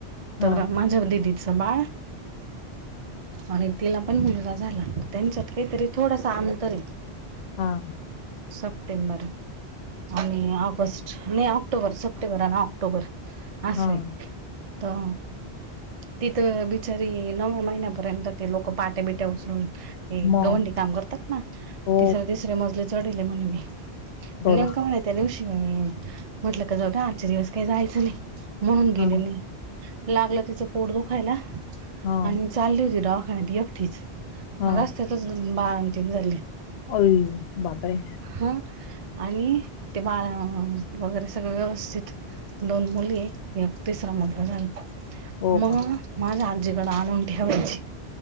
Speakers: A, on the right; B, on the left.
A: तर
B: हां,
A: माझ्या दिदीच बाळ आणि तिला पण मुलगा झाला. त्यांच्यात काहीतरी थोडासा अंतर आहे.
B: हा!
A: सप्टेंबर. आणि ऑगस्ट नाही ऑक्टोबर, सप्टेंबर आणि ऑक्टोबर अस
B: हां.
A: आहे. तो तिथं बिचारी नव्या महिन्यापर्यंत ते लोक पाटे बिट्या उचलून ते
B: मग
A: गवंडी काम करतात ना!
B: हो,
A: तिसरे तिसरे मजले चढले म्हण मी,
B: बघा.
A: नेमकं म्हणाय त्या दिवशी मी म्हटलं का जाऊदे आजच्या दिवस काही जायचं नाही. म्हणून गेले
B: हां,
A: नाही. लागलं तिचं पोड दुखायला
B: हां,
A: आणि चालली होती दवाखान्यात एकटीच
B: हां.
A: रस्त्यातच बाळनतीन झाली.
B: आई बाप रे!
A: हा आणि ते बाळा वगैरे सगळ व्यवस्थित दोन मुलीये तिसरा मुलगा झाला.
B: हो
A: मग
B: का?
A: माझ्या आजी कड आणून ठेवायची.